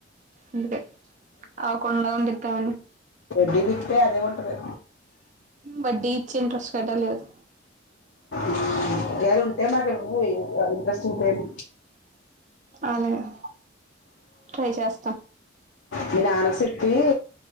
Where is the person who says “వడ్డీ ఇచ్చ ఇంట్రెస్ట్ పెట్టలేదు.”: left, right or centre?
Right